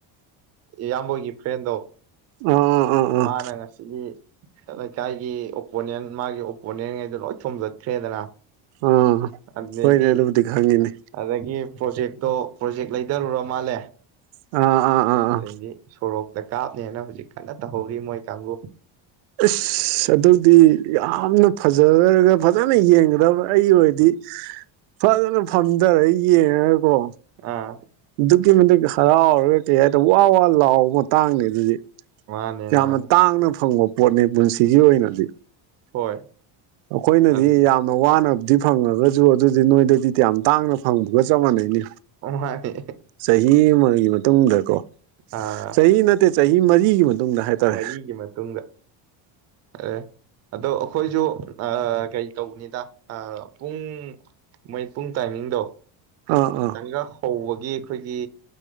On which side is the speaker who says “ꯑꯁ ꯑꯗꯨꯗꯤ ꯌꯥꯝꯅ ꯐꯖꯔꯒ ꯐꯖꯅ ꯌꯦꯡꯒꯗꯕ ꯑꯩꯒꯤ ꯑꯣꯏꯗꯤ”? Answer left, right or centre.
Right